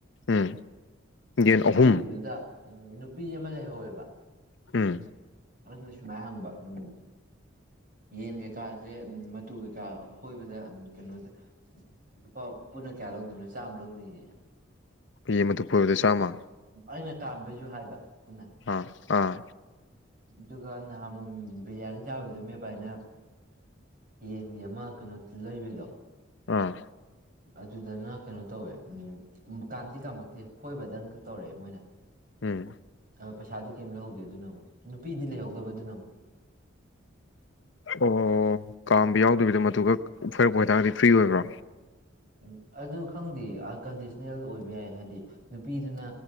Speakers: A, on the left; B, on the right.
A: ꯎꯝ ꯌꯦꯟ
B: ꯑꯗꯨꯒꯤꯗꯨꯗ
A: ꯑꯍꯨꯝ
B: ꯅꯨꯄꯤ ꯑꯃ ꯂꯩꯍꯧꯋꯦꯕ
A: ꯎꯝ
B: ꯑꯗꯨꯅ ꯁꯨꯃꯥꯏ ꯍꯪꯕ ꯎꯝ ꯌꯦꯟ ꯀꯩꯀꯥꯁꯦ ꯃꯇꯨ ꯀꯩꯀꯥ ꯐꯣꯏꯕꯗ ꯀꯩꯅꯣꯗ ꯂꯨꯄꯥ ꯄꯨꯟꯅ ꯀꯌꯥ ꯂꯧꯗꯣꯏꯅꯣ ꯆꯥꯝꯃ ꯂꯧꯅꯤꯌꯦ
A: <unintelligible> ꯃꯇꯨ ꯐꯣꯏꯕꯗ ꯆꯥꯝꯃ
B: ꯑꯩꯅ ꯇꯥꯥꯟꯕꯩꯖꯨ ꯍꯥꯏꯕ ꯄꯨꯟꯅ
A: ꯑꯥ ꯑꯥ
B: ꯑꯗꯨꯒ ꯅꯍꯥꯃꯣꯝ ꯕꯤꯔꯌꯥꯅꯤ ꯆꯥꯕꯤꯗꯣ ꯅꯣꯏ ꯏꯕꯥꯥꯏꯅ ꯌꯦꯟꯒꯤ ꯑꯃ ꯀꯩꯅꯣ ꯂꯩꯕꯤꯗꯣ
A: ꯑꯥ
B: ꯑꯗꯨꯗꯅ ꯀꯩꯅꯣ ꯇꯧꯋꯦ ꯎꯝ ꯀꯥꯝꯗꯤ ꯀꯥꯝꯃꯛꯇꯦ ꯐꯣꯏꯕꯗꯪ ꯇꯧꯔꯛꯑꯦ ꯃꯣꯏꯅ
A: ꯎꯝ
B: ꯑ ꯄꯩꯁꯥꯗꯤ ꯀꯩꯝ ꯂꯧꯍꯧꯗꯦ ꯑꯗꯨꯅ ꯑꯃꯨꯛ ꯅꯨꯄꯤꯗꯤ ꯂꯩꯍꯧꯗꯕꯗꯨꯅ ꯑꯃꯨꯛ
A: ꯑꯣ ꯀꯥꯝꯕ ꯌꯥꯎꯗꯕꯤꯗ ꯃꯇꯈꯛ ꯐꯣꯏꯔꯛꯄ ꯑꯣꯏꯇꯥꯔꯒꯗꯤ ꯐ꯭ꯔꯤ ꯑꯣꯏꯕ꯭ꯔꯥ
B: ꯎꯝ ꯑꯗꯨ ꯈꯪꯗꯦ ꯑꯀꯟꯗꯤꯁꯅꯦꯜ ꯑꯣꯏꯕ ꯌꯥꯏ ꯍꯥꯏꯗꯤ ꯅꯨꯄꯤꯗꯨꯅ